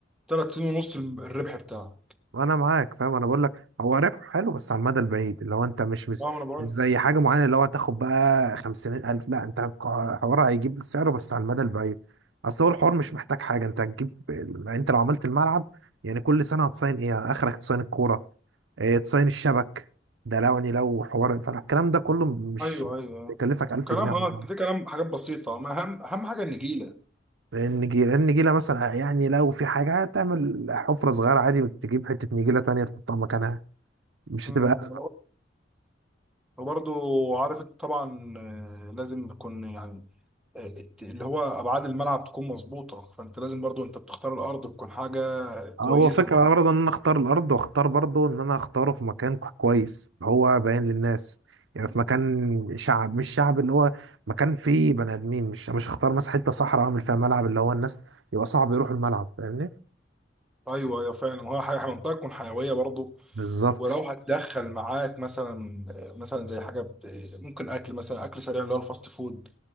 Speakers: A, in the centre; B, on the right (about 80°).
A: تلات سنين ونص الربح بتاعه
B: وانا معاك فاهم انا بقول لك هو ربح حلو بس على المدى البعيد اللي هو انت مش مش,
A: فاهم انا بقول
B: مش زي حاجه معينه اللي هو هتاخد بقى 50000 لا انت حوار هيجيب سعره بس على المدى البعيد اصل هو الحوار مش محتاج حاجه انت هتجيب ال- يعني انت لو عملت الملعب يعني كل سنه هتصين ايه اخرك تصين الكوره إيه تصين الشبك ده لو يعني لو حوار فالكلام ده كله مش
A: ايوه ايوه
B: يكلفك 1000
A: كلام
B: جنيه على
A: اه
B: بعض
A: ده كلام حاجات بسيطة ما اهم اهم حاجة النجيلة
B: النجيله النجيله مثلا اه يعني لو في حاجه هتعمل حفره صغيره عادي تجيب حته نجيله تانية تحطها مكانها مش
A: امم
B: هتبقى أزمة.
A: وبرضه عارف انت طبعا آه، لازم يكون يعني آه، الت- اللي هو ابعاد الملعب تكون مظبوطة فانت لازم برضه انت بتختار الارض تكون حاجة كويسة
B: هو فكرة برضه ان انا اختار الارض واختار برضه ان انا اختاره في مكان كو- كويس هو باين للناس يعني في مكان شعب مش شعب اللي هو مكان فيه بني ادمين مش مش هختار مثلا حتة صحراء اعمل فيها ملعب اللي هو الناس يبقى صعب يروحوا الملعب فاهمني
A: ايوه ايوه فعلا وهي حاجه منطقه تكون حيويه برضه
B: بالظبط
A: ولو هتدخل معاك مثلا مثلا زي حاجه ب- ممكن اكل مثلا اكل سريع اللي هو الفاست فود